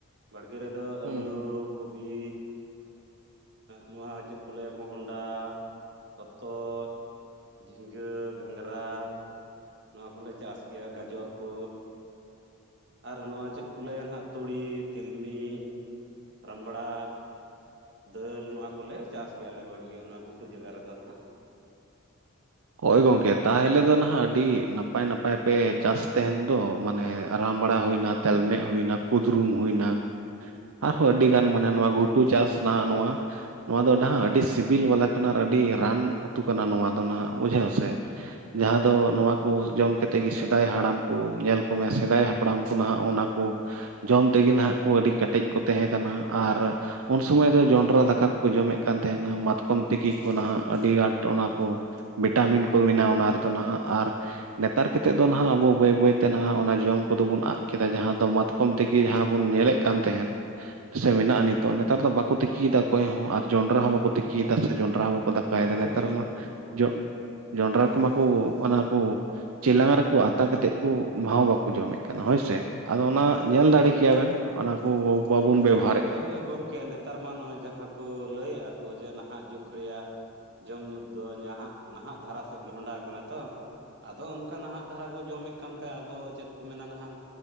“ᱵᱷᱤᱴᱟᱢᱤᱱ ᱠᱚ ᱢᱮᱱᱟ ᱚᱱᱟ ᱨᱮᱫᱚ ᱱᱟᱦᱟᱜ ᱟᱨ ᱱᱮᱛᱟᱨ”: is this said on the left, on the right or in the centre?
Right